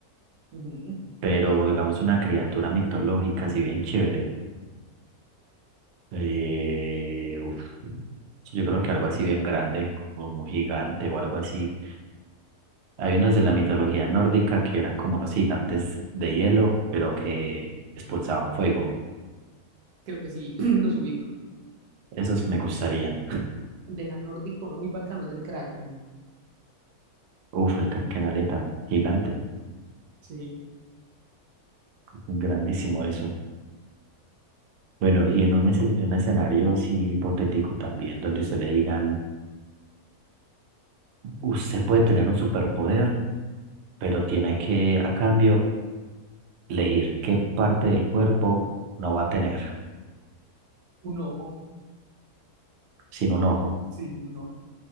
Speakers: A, on the right; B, on the right.
A: Ujú,
B: pero digamos una criatura mitológica así bien chévere. Eh, uf, sí, yo creo que algo así bien grande, como un gigante o algo así. Hay unos de la mitología nórdica que eran como unos gigantes de hielo, pero que expulsaban fuego.
A: Creo que sí, <clears throat> los ubico.
B: Esos me gustarían.
A: De la nórdica, uno muy bacano es el Kraken.
B: Uf, el Krakenaleta, gigante,
A: Sí,
B: grandísimo eso. Bueno, y en un, esce- un escenario así hipotético también, donde usted le digan, usted puede tener un superpoder, pero tiene que, a cambio, elegir qué parte del cuerpo no va a tener
A: un ojo.
B: sin un ojo,
A: Sí, sí, un ojo.